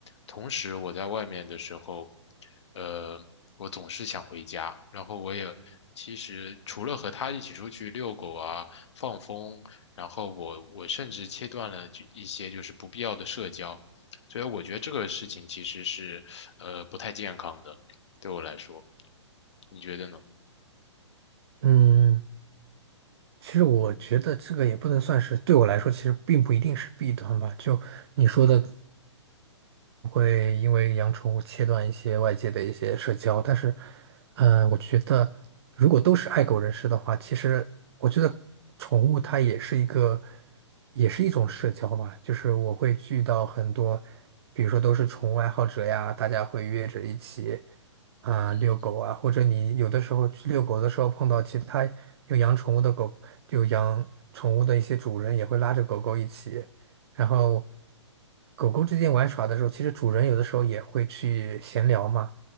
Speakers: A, on the left (about 65°); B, on the right (about 55°).
A: 同时我在外面的时候，呃，我总是想回家，然后我也。其实除了和它一起出去遛狗啊、放风，然后我我甚至切断了就一些就是不必要的社交，所以我觉得这个事情其实是呃不太健康的，对我来说，你觉得呢？
B: 嗯。其实我觉得这个也不能算是，对我来说其实并不一定是弊端吧。就你说的，会因为养宠物切断一些外界的一些社交，但是，嗯、我觉得如果都是爱狗人士的话，其实我觉得宠物它也是一个，也是一种社交嘛。就是我会遇到很多，比如说都是宠物爱好者呀，大家会约着一起啊、
A: 嗯，
B: 遛狗啊，或者你有的时候去遛狗的时候碰到其他有养宠物的狗，有养宠物的一些主人也会拉着狗狗一起。然后狗狗之间玩耍的时候，其实主人有的时候也会去闲聊嘛，